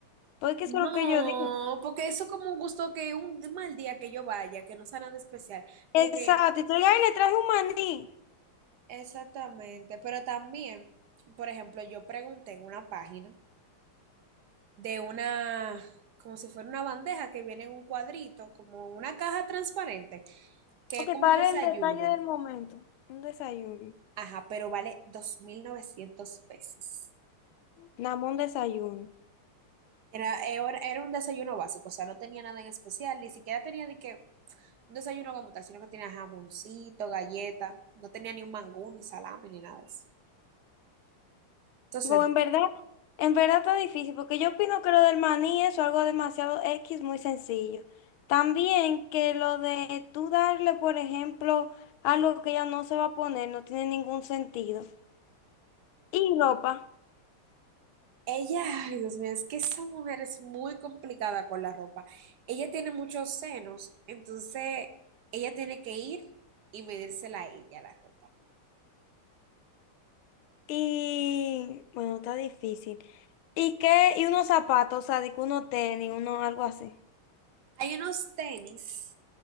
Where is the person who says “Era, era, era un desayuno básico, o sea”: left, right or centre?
Right